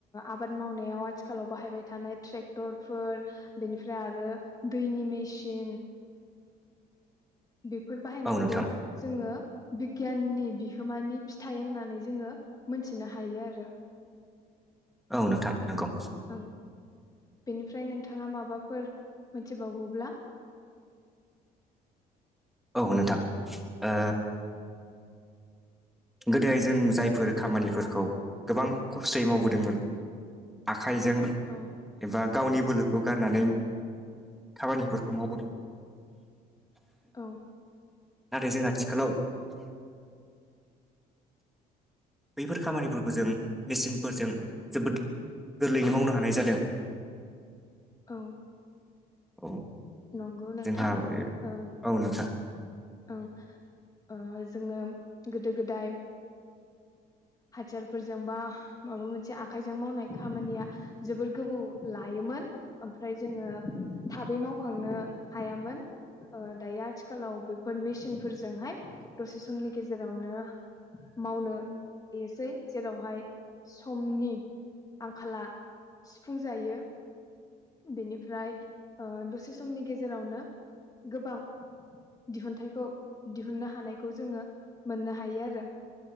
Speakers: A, on the left; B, in the centre.
A: आबाद ओ मावनायाव आथिखालाव बाहायबाय थानाय ट्रेक्टरफोर बेनिफ्राय आरो दैनि मेसिन बेफोर बाहायनायखौ
B: औ नोंथां
A: जोङो बिगियाननि बिहोमानि फिथाइ होननानै जोङो मोन मिथिनो हायो आरो।
B: औ नोंथां नंगौ।
A: ओं बेनिफ्राय नोंथाङा माबाफोर मिथिबावोब्ला।
B: औ नोंथां ओ गोदो जों जायफोर खामानिफोरखौ गोबां खस्थ'यै मावबोदोंमोन आखाइजों
A: औ
B: एबा गावनि बोलो खौ गारनानै खामानिफोरखौ मावबोदों।
A: औ।
B: नाथाय जों आथिखालाव बैफोर खामानिफोरखौ जों मेचिनफोरजों जोबोद गोरलैयैनो मावनो हानाय जादों।
A: औ।
B: औ।
A: नंगौ नोंथां
B: जोंहा
A: ओ
B: औ नोंथां
A: ओं ओ जोङो गोदो गोदाय <unintelligible> फोरजों बा माबा मोनसे आखायजों मावनाय खामानिया जोबोर गोबौ लायोमोन आमफ्राय जोङो थाबै मावखांनो हायामोन ओ दायो आथिखालाव बे फोर मेचिनफोरजोंहाय दसे समनि गेजेरावनो मावनो हायोसै जेरावहाय समनि आंखाला सिफुं जायो। बेनिफ्राय ओ दसे समनि गेजेरावनो गोबां दिहुनथाइखौ दिहुननो हानायखौ जोङो मोननो हायो आरो।